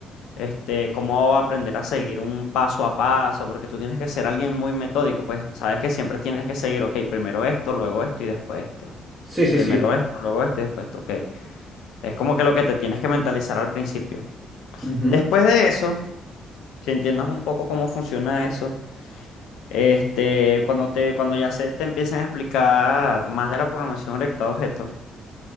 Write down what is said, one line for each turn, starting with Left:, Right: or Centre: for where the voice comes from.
Left: este, cómo aprender a seguir un paso a paso, porque tú tienes que ser alguien muy metódico, pues sabes que siempre tienes que seguir, ok, primero esto, luego esto y después esto.
Right: Sí, sí,
Left: Primero
Right: sí.
Left: esto, luego esto y después esto, ok. Es como que lo que te tienes que mentalizar al principio.
Right: Ujú,
Left: Después de eso, que entiendas un poco cómo funciona eso, este, cuando te, cuando ya se te empiecen a explicar más de la programación orientada a objetos,